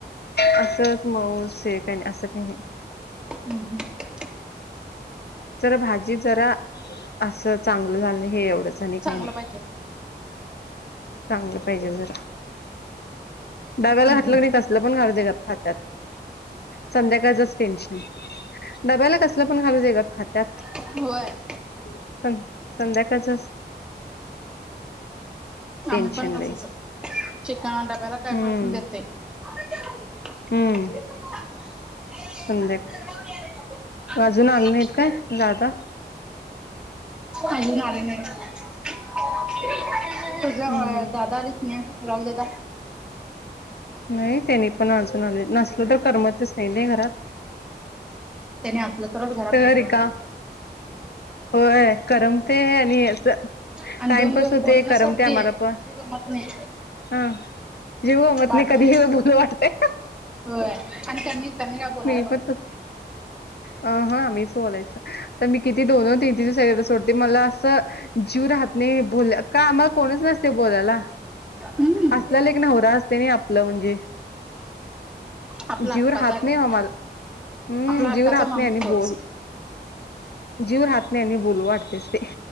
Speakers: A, on the left; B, in the centre.
A: असंच मऊच हे काय नाही, असं काय नाही.
B: हम्म हम्म.
A: जर भाजी जरा असं चांगलं झालं नाही हे एवढंच. आणि काही
B: चांगलं
A: नाही
B: पाहिजे.
A: चांगलं पाहिजे जरा. डाब्याला
B: हम्म
A: घातलं
B: हम्म
A: की नाही कसलं पण घाला त्याच्यात खात्यात. संध्याकाळचच टेन्शन डब्याला कसलं पण घालू दे गा खात्यात.
B: हम्म होय.
A: सं-संध्याकाळच टेन्शन
B: आम्ही पण तसच
A: लई.
B: चिकन डब्याला काय
A: हम्म
B: पण करुन देते. देतोय.
A: हम्म. संध्या अजून आले नाहीत काय दादा?
B: अजून आले नाहीत. <unintelligible>
A: हम्म हम्म
B: दादा आलीत की नाही राहुल दादा?
A: नाही त्यांनी पण अजून आले. नसलं तर करमतच नाही नाही घरात?
B: त्याने असलं तरच घरात
A: तर
B: बर
A: रिका
B: वाटतंय.
A: होय करमतय आणि असं
B: आणि
A: टाइमपास
B: दोन दिवस
A: होते
B: बोलणं
A: करमतय
B: सोडकी
A: आम्हाला पण.
B: जीव गमत नाही
A: हा जीव गमत
B: भांडून
A: नाही कधीही बोलू वाटतंय.
B: होय आणि त्यांनी त्यांनी काय बोलायला
A: मी पण
B: बघतच
A: तस
B: नाहीत.
A: अ हं मी बोलायचं तर मी किती दोन दोन तीन तीन दिवस <unintelligible> सोडते. मला असं जीव राहत नाही. बोल काम आम्हाला कोणच नसतंय बोलायला.
B: हम्म
A: असल्याला एक नवरा असतोय नाही आपलं म्हणजे.
B: आपला
A: जीव
B: हक्काचा
A: रहात नाही
B: ग
A: आम्हाला हम्म.
B: आपला हक्काचा
A: जीव रहात
B: माणूस
A: नाही आणि
B: तोच
A: बोल जीव रहात नाही आणि बोलू वाटतयच ते.